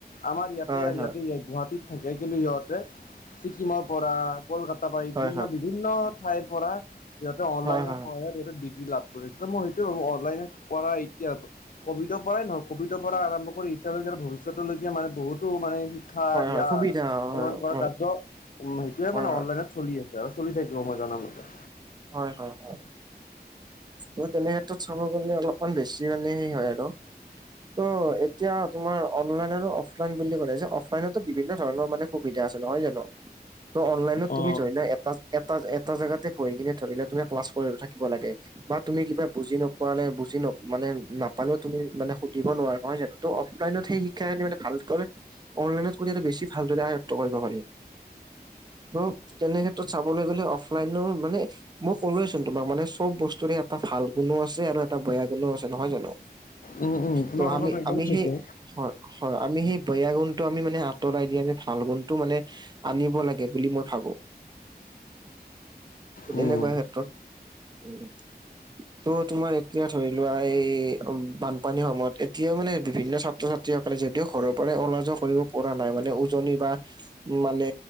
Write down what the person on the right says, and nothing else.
হয় হয়
হয়
হয়
হয়
হয়
হয়
হয় সুবিধা হয় হয়
হয়
হয়
হয়', হয়', হয়'। ত তেনে ক্ষেত্ৰত চাব গ'লে অলপমান বেছি মানে সেই হয় আৰু। ত এতিয়া তোমাৰ অনলাইন আৰু অফলাইন বুলি ক'লে যে, অনলাইনতো বিভিন্ন ধৰণৰ মানে। সুবিধা আছে নহয় জানো, ত অনলাইনত
তুমি ধৰি লোৱা এটা, এটা, এটা জাগাতে ধৰি লোৱা তুমি ক্লাছ কৰি থাকিব লাগে। বা তুমি কিবা বুজি নোপোৱালে, বুজি ন মানে নাপালেও, তুমি মানে সুধিব নোৱাৰা নহয় জানোঁ। ত অফলাইনত শিক্ষাখিনি মানে ভাল কৰে। অনলাইনত কৰি আৰু বেছি ভালদৰে আয়ত্ব কৰিব পাৰি। ত তেনে ক্ষেত্ৰত চাবলে গ'লে অফলাইনৰো। মানে মই কলোঁৱেচোন তোমাক, মানে চব বস্তুৰে এটা ভাল গুণো আছে আৰু এটা বেয়া গুণো আছে নহয় জানোঁ।
ত
আমি,
আমি
সেই হয়', হয়', আমি সেই বেয়া গুণটো আমি মানে আঁতৰাই দি, আমি ভাল গুণটো মানে আনিব লাগে বুলি মই ভাবোঁ।
তেনেকুৱা ক্ষেত্ৰত উম। ত তোমাৰ এতিয়া ধৰি লোৱা এই বানপানীৰ সময়ত, এতিয়া মানে বিভিন্ন ছা। ছাত্ৰ -ছাত্ৰীসকলে যিহেতু ঘৰৰ পৰাই ওলাই যোৱা কৰিব পৰা নাই, মানে উজনি বা মানে,